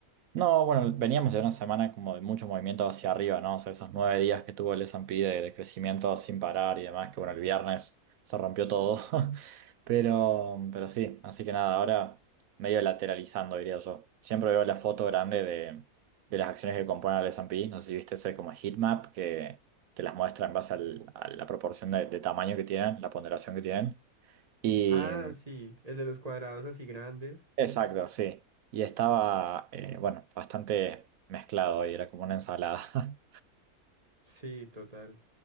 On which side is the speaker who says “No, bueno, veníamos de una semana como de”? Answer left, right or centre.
Right